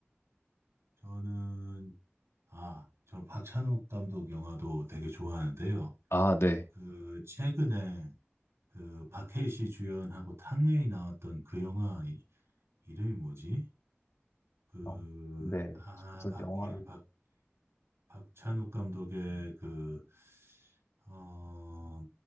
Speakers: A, on the right (about 85°); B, on the left (about 80°).
A: 저는 아, 저 박찬욱 감독 영화도 되게 좋아하는데요.
B: 아, 네.
A: 그 최근에 그 박해일 씨 주연하고 탕웨이 나왔던 그 영화 이- 이름이 뭐지? 그
B: 아, 네,
A: 아
B: 저도
A: 박해일
B: 영화,
A: 박 박찬욱 감독의 그 어